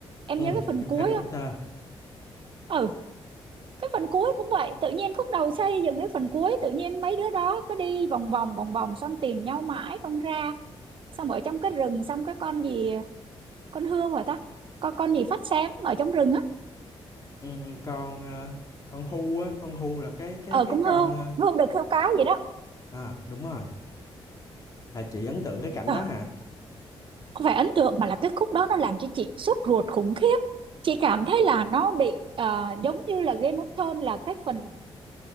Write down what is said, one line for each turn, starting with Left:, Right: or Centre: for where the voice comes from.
Right: em
Left: ừ
Right: nhớ cái phần
Left: phim
Right: cuối
Left: Harry Potter
Right: không ừ cái phần cuối cũng vậy tự nhiên khúc đầu xây dựng cái phần cuối tự nhiên mấy đứa đó cứ đi vòng vòng vòng vòng xong tìm nhau mãi không ra xong ở trong cái rừng xong cái con gì con hươu hả ta con con gì phát sáng ở trong rừng á
Left: ừ, con ờ, con Hu á con Hu là cái cái
Right: ờ
Left: cái
Right: con hươu
Left: con ờ,
Right: hươu được hươu cái gì đó
Left: à đúng rồi là chị ấn tượng cái cảnh
Right: Ờ,
Left: đó hả
Right: không phải ấn tượng mà là cái khúc đó nó làm cho chị sốt ruột khủng khiếp chị cảm thấy là nó bị ờ, giống như là Game of Thrones là cái phần